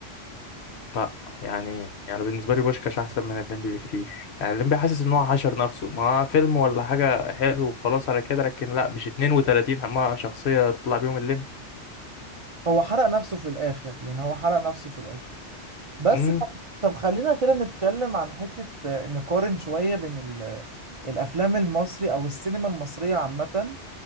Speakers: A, on the left (about 65°); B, on the right (about 55°).
A: لا يعني يعني بالنسبة لي بوشكاش أحسن من الليمبي بكتير يعني الليمبي حاسس إن هو حشر نفسه ما هو فيلم ولا حاجة حلو وخلاص على كده لكن لا مش 32 ما شخصية تطلع بيهم الليمبي
B: هو حرق نفسه في الاخر يعني هو حرق نفسه في الاخر بس
A: مم؟
B: طب, طب خلينا كده نتكلم عن حتة آه، نقارن شوية بين ال- الافلام المصري او السينما المصرية عامة